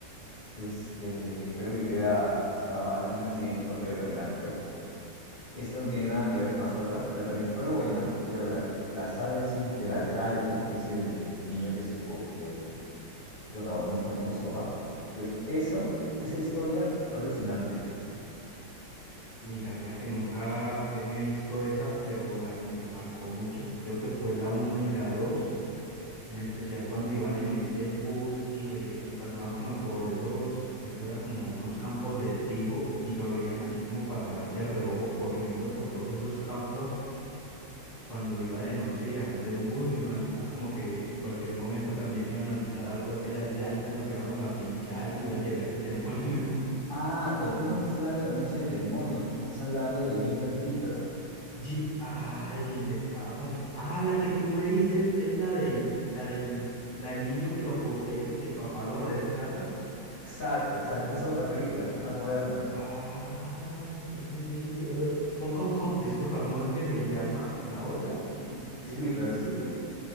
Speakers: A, on the left; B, on the right.
A: este, que creo que queda, está, tiene un accidente y no podía caminar, creo. Esa no tiene nada que ver con las otras, pero también fue buena, pero la, la saga en sí, de la de Dalton, que es el niño que se po- que protagonista junto a su papá, pues eso,
B: sí.
A: esa historia fue alucinante.
B: Mira, mira que nunca eh, me he visto esa, pero la que me marcó mucho, creo que fue la uno y la dos en especial cuando iban en ese bus y veía, y pasaban como por esos, eso era como unos campos de trigo y lo veían así como pasar de reojo corriendo por todos esos campos cuando iba de noche viajando en bus, me imaginaba como que en cualquier momento también iban a tirar algo hacia la llanta, nos íbamos a pinchar y iba a llegar el demonio. <laughs>
A: Ah, pero tú no me estás hablando de La Noche del Demonio, tú me estás hablando de Jeepers Creepers.
B: Jeep, ay, estaba con... Ah, la que tú me dices es la del, la del, la del niño que lo poseen y que el papá lo rescata.
A: Exacto, exacto. Esa es otra película, esa es más moderna, creo.
B: Ah, sí, sí, sí. O sea, ¿cómo, cómo, cómo? Disculpa, ¿cómo es que se llama la otra? Jeep, Jeepers
A: Jeepers Creepers,
B: Creepers.